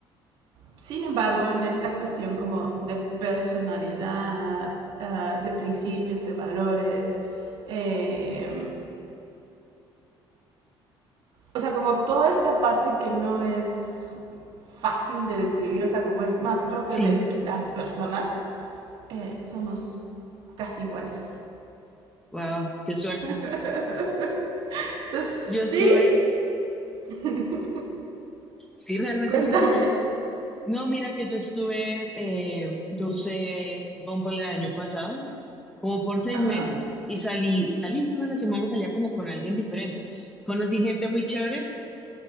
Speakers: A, on the right; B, in the centre.
A: Sin embargo, en esta cuestión como de personalidad, uh, de principios, de valores, eh, o sea, como toda esta parte que no es fácil de describir, o sea, como es más propio
B: Sí,
A: de las personas, eh, somos casi iguales.
B: wow, qué suerte.
A: <laughs>
B: Yo estuve,
A: sí, <laughs>
B: sí, realmente
A: cuéntame.
B: sí. No, mira que yo estuve, eh, yo usé Bumble el año pasado como por seis
A: Ajá.
B: meses y salí, salí todas las semanas, salía como con alguien diferente. Conocí gente muy chévere,